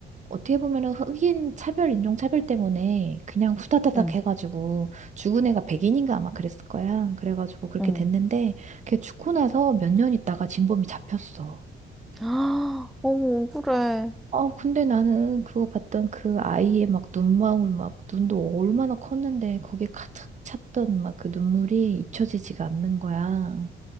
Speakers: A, on the right; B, in the centre.
A: 어떻게 보면은 흑인 차별, 인종 차별 때문에 그냥 후다다닥
B: 응, 응.
A: 해가지고 죽은 애가 백인인가 아마 그랬을 거야. 그래가지고
B: <gasps>
A: 그렇게
B: 응.
A: 됐는데 걔 죽고 나서 몇 년 있다가 진범이 잡혔어.
B: 아, 어머, 억울해.
A: 어, 근데 나는 그거 봤던 그 아이의 막 눈망울 막 눈도 얼마나 컸는데 거기에 가득 찼던 막 그 눈물이 잊혀지지가 않는 거야.